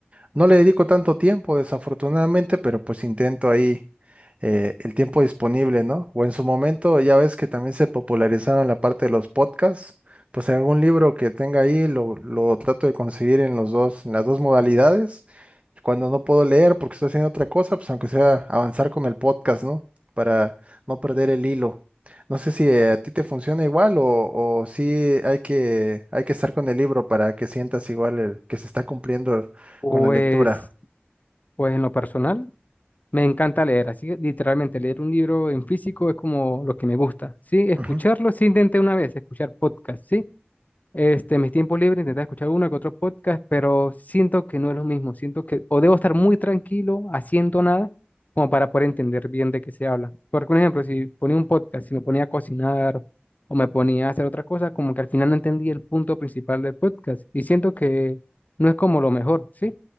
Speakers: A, on the right (about 30°); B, on the left (about 40°).
A: No le dedico tanto tiempo, desafortunadamente, pero pues intento ahí eh, el tiempo disponible, ¿no? O en su momento, ya ves que también se popularizaron la parte de los podcasts, pues algún libro que tenga ahí lo, lo trato de conseguir en los dos, en las dos modalidades. Y cuando no puedo leer porque estoy haciendo otra cosa, pues aunque sea avanzar con el podcast, ¿no? Para no perder el hilo. No sé si eh, a ti te funciona igual o, o sí hay que, hay que estar con el libro para que sientas igual el, que se está cumpliendo
B: Pues,
A: con la lectura.
B: pues en lo personal, me encanta leer, así que literalmente leer un libro en físico es como lo que me gusta, ¿sí? Escucharlo,
A: Ujú.
B: sí intenté una vez escuchar podcast, ¿sí? Este, en mis tiempos libres intenté escuchar uno que otro podcast, pero siento que no es lo mismo. Siento que o debo estar muy tranquilo, haciendo nada, como para poder entender bien de qué se habla. Porque, un ejemplo, si ponía un podcast, si me ponía a cocinar o me ponía a hacer otra cosa, como que al final no entendí el punto principal del podcast. Y siento que no es como lo mejor, ¿sí?